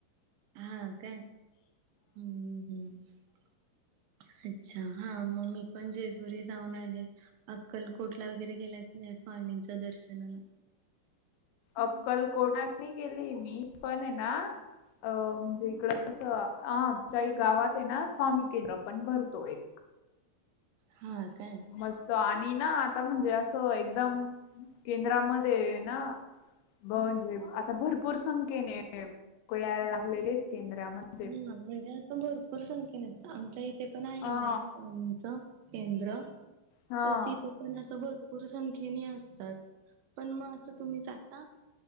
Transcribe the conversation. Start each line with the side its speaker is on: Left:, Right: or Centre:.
Right: हा काय हम्म हम्म अच्छा हा मग मी पण जेसुरी जाऊन आले अक्कलकोटला वगैरे गेला की नाही स्वामींच्या दर्शनाला
Left: अक्कल कोटला गेली मी पण आहे ना. अ म्हणजे इकडं आमच्या गावात आहे ना स्वामी केंद्र पण भरतो एक.
Right: हा काय?
Left: मस्त आणि ना आता म्हणजे असं एकदम केंद्रामध्ये ना. ब म्हणजे आता भरपूर संख्येने को यायला लागलेले आहेत केंद्रामध्ये.
Right: ह म्हणजे आता भरपूर संख्येने येत आमच्या इ पण आहे
Left: हा
Right: ना एकच केंद्र
Left: हा
Right: तिथे. पण असं भरपूर संख्येने असतात पण मग असं तुम्ही जात